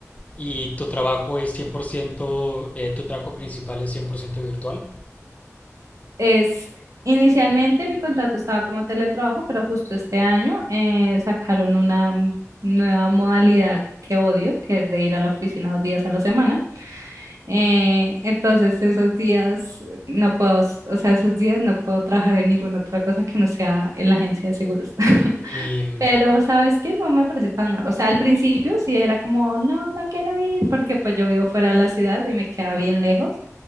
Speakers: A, on the left; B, on the right.
A: y tu trabajo es 100%, eh, tu trabajo principal es 100% virtual.
B: Es, inicialmente mi contrato estaba como teletrabajo, pero justo este año eh, sacaron una mm, nueva modalidad que odio, que es de ir a la oficina dos días a la semana. Eh, entonces esos días no puedo, s- o sea, esos días no puedo trabajar en ninguna otra cosa que no sea en la agencia de seguros. <laughs>
A: Y, mm,
B: Pero, ¿sabes que No me parece tan mal. O sea, al principio sí era como, no, no quiero ir, porque pues yo vivo fuera de la ciudad y me queda bien lejos.